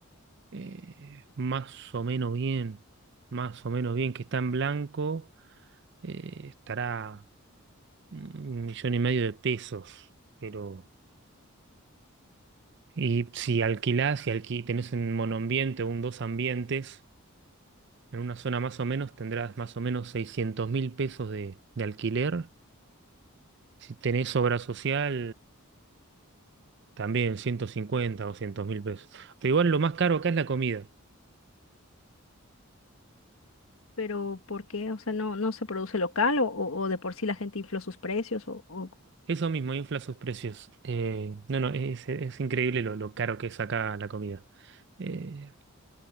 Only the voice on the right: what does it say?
eh, más o menos bien, más o menos bien, que está en blanco, eh, estará un millón y medio de pesos, pero y si alquilás, si alquí, tenés un monoambiente o un dos ambientes, en una zona más o menos tendrás más o menos seiscientos mil pesos de, de alquiler. Si tenés obra social, también 150 o 200 mil pesos. Pero igual lo más caro acá es la comida.
Eso mismo, infla sus precios. Eh, no, no, es, es increíble lo, lo caro que es acá la comida. Eh,